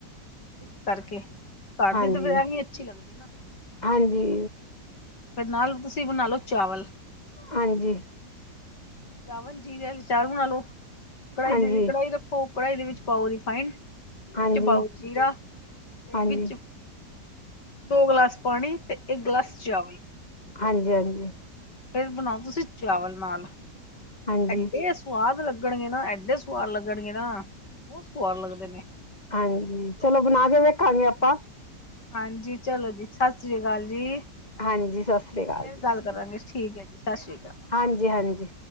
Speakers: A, on the left (about 75°); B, on the left (about 25°).
A: ਇਸ ਕਰਕੇ ਘਰ
B: ਹਾਂਜੀ
A: ਦੀ ਤਾਂ ਫਿਰ ਐਹੀ ਅੱਛੀ ਲੱਗਦੀ ਨਾ।
B: ਹਾਂਜੀ।
A: ਫਿਰ ਨਾਲ ਤੁਸੀਂ ਬਣਾ ਲਓ ਚਾਵਲ।
B: ਹਾਂਜੀ।
A: ਚਾਵਲ ਜੀਰੇ ਚਾਵਲ ਬਣਾ ਲਓ, ਕੜਾਈ
B: ਹਾਂਜੀ
A: ਦੇ ਕੜਾਈ ਰੱਖੋ। ਹੋਰ ਕੜਾਹੀ ਦੇ ਵਿੱਚ ਪਾਓ ਰਿੀਫਾਈੰਡ,
B: ਹਾਂਜੀ
A: ਵਿੱਚ ਪਾਓ
B: ਹਾਂਜੀ
A: ਜੀਰਾ, ਤੇ
B: ਹਾਂਜੀ
A: ਵਿੱਚ ਦੋ ਗਲਾਸ ਪਾਣੀ ਅਤੇ ਇੱਕ ਗਲਾਸ ਚਾਵਲ।
B: ਹਾਂਜੀ- ਹਾਂਜੀ!
A: ਫੇਰ ਬਣਾਓ ਤੁਸੀਂ ਚਾਵਲ ਨਾਲ,
B: ਹਾਂਜੀ
A: ਐਡੇ ਸਵਾਦ ਲੱਗਣਗੇ ਨਾ- ਐਡੇ ਸਵਾਦ ਲੱਗਣਗੇ ਨਾ, ਬਹੁਤ ਸਵਾਦ ਲੱਗਦੇ ਨੇ।
B: ਹਾਂਜੀ। ਚਲੋ ਬਣਾ ਕੇ ਵੇਖਾਂਗੇ ਆਪਾਂ।
A: ਹਾਂਜੀ, ਚਲੋ ਜੀ ਸਤਿ ਸ੍ਰੀ ਅਕਾਲ ਜੀ।
B: ਹਾਂਜੀ, ਸਤਿ ਸ਼੍ਰੀ ਅਕਾਲ
A: ਫੇਰ
B: ਜੀ।
A: ਗੱਲ ਕਰਾਂਗੇ, ਠੀਕ ਹੈ ਜੀ ਸਤਿ ਸ਼੍ਰੀ ਅਕਾਲ।
B: ਹਾਂਜੀ -ਹਾਂਜੀ!